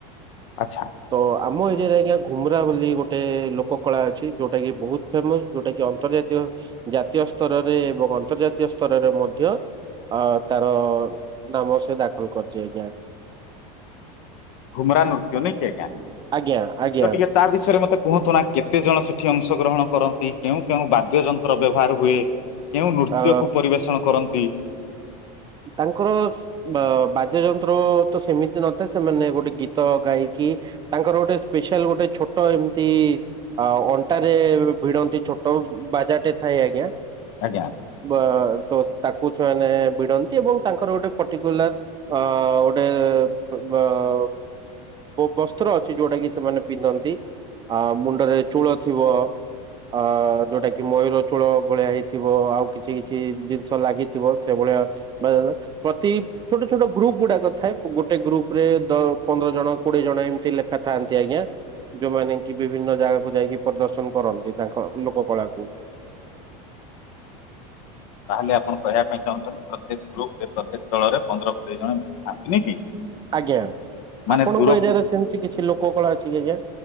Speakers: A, on the left; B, on the right.
A: ଆଚ୍ଛା।
B: ତ ଆମ ଏରିଆରେ ଆଜ୍ଞା ଘୁମ୍ରା ବୋଲି ଗୋଟେ ଲୋକ କଳା ଅଛି ଯୋଉଟା କି ବହୁତ ଫେମସ ଯୋଉଟା କି ଅନ୍ତର୍ଜାତୀୟ ଜାତୀୟ ସ୍ତରରେ ଏବଂ ଅନ୍ତର୍ଜାତୀୟ ସ୍ତରରେ ମଧ୍ୟ ଅ ତାର ନାମ ସେ ଦାଖଲ କରିଚି ଆଜ୍ଞା।
A: ଘୁମରା ନୃତ୍ୟ ନକେ ଆଜ୍ଞା।
B: ଆଜ୍ଞା ଆଜ୍ଞା।
A: ତ ଟିକେ ତା ବିଷୟରେ ମତେ କୁହନ୍ତୁ ନା କେତେ ଜଣ ସେଠି ଅଂଶଗ୍ରହଣ କରନ୍ତି କେଉଁ କେଉଁ ବାଦ୍ୟ ଯନ୍ତ୍ର ବ୍ୟବହାର ହୁଏ? କେଉଁ ନୃତ୍ୟକୁ
B: ଅ
A: ପରିବେଷଣ କରନ୍ତି?
B: ତାଙ୍କର ବା ବାଦ୍ୟ ଯନ୍ତ୍ର ତ ସେମିତି ନଥାଏ ସେମାନେ ଗୋଟେ ଗୀତ ଗାଇକି ତାଙ୍କର ଗୋଟେ ସ୍ପେଶାଲ ଗୋଟେ ଛୋଟ ଏମତି ଆଉ ଅଣ୍ଟା ରେ ଭିଡନ୍ତି ଛୋଟ ବାଜାରଟେ ଥାଏ ଆଜ୍ଞା।
A: ଆଜ୍ଞା।
B: ବା ତ ତାକୁ ଛୁଆମାନେ ଭିଡ଼ନ୍ତି। ଏବଂ ତାଙ୍କର ଗୋଟେ ପର୍ଟିକୁଲାର ଅ ଗୋଟେ ବ ବସ୍ତ୍ର ଅଛି ଯୋଉଟା କି ସେମାନେ ପିନ୍ଧନ୍ତି ଆ ମୁଣ୍ଡରେ ଚୂଳ ଥିବ। ଅ ଯୋଉଟା କି ମୟୂର ଚୂଳ ଭଳିଆ ହେଇଥିବ ଆଉ କିଛି କିଛି ଜିନିଷ ଲାଗିଥିବ। ସେଭଳିଆ ବା ପ୍ରତି ଛୋଟ ଛୋଟ ଗ୍ରୁପ ଗୁଡାକ ଥାଏ ଗୋଟେ ଗ୍ରୁପ ରେ ଦ ପନ୍ଦର ଜଣ କୋଡିଏ ଜଣ ଏମିତି ଲେଖା ଥାଆନ୍ତି ଆଜ୍ଞା। ଯୋଉମାନେ କି ବିଭିନ୍ନ ଜାଗାକୁ ଯାଇକି ପ୍ରଦର୍ଶନ କରନ୍ତି ତାଙ୍କ ଲୋକ କଳାକୁ।
A: ତାହେଲେ ଆପଣ କହିବା ପାଇଁ ଚାହୁଁଛନ୍ତି ପ୍ରତ୍ୟେକ ଗ୍ରୁପ ରେ ପ୍ରତ୍ୟେକ ଦଳରେ ପନ୍ଦର କୋଡିଏ ଜଣ <unintelligible> ଥାଆନ୍ତି ନି କି?
B: ଆଜ୍ଞା
A: ମାନେ
B: ଆପଣଙ୍କ
A: ଦୂରକୁ
B: ଏରିଆରେ ସେମତି କିଛି ଲୋକ କଳା ଅଛି କି ଆଜ୍ଞା?